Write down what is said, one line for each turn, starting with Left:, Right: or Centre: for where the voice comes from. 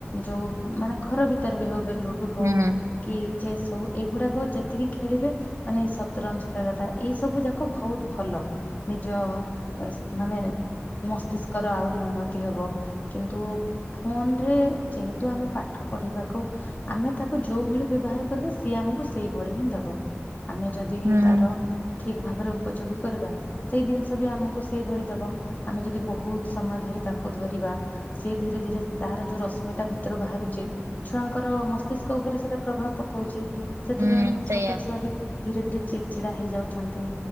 Left: ଯୋଉ ମାନେ ଘର ଭିତରେ ବି ହଉ ଏ ଲୁଡୁ ହଉ।
Right: ହୁଁ
Left: କି ଚେସ୍ ସବୁ ଏଇଗୁଡାକ ଯେତିକି ଖେଳିବେ ମାନେ ଏଇ ସତରଞ୍ଜ ଖେଳ ଟା ଏଇ ସବୁ ଯାକ ବହୁତ ଭଲ। ନିଜ ମାନେ ମସ୍ତିଷ୍କ ର ଆହୁରି ଉନ୍ନତି ହବ କିନ୍ତୁ ଫୋନ ରେ ଯେହେତୁ ଆମେ ପାଠ ପଢିବାକୁ ଆମେ ତାକୁ ଯୋଉ ଭଳି ବ୍ୟବହାର କରିବା ସିଏ ଆମକୁ ସେଇଭଳି ହିଁ ଦବ। ଆମେ ଯଦି
Right: ହୁଁ।
Left: ତାର ଠିକ୍ ଭାବରେ ଉପଯୋଗୀ କରିବା ସେଇ ଜିନିଷ ବି ଆମକୁ ସେଇଭଳି ଦବ ଆମେ ଯଦି ବହୁତ୍ ସମୟ ଧରି ତାକୁ ଧରିବା ସେ ଧୀରେ ଧୀରେ ତାର ଯୋଉ ରଶ୍ମିତା ଭିତରୁ ବାହାରୁଚି। ଛୁଆଙ୍କର ମସ୍ତିଷ୍କ ଉପରେ ସେଟା ପ୍ରଭାବ ପକୋଉଚି। ସେଥିପାଇଁ
Right: ହୁଁ ସେଇଆ
Left: ଛୋଟ ଛୁଆ ବି ଧୀରେ ଧୀରେ ଚିଡି ଚିଡା ହେଇଯାଉଛନ୍ତି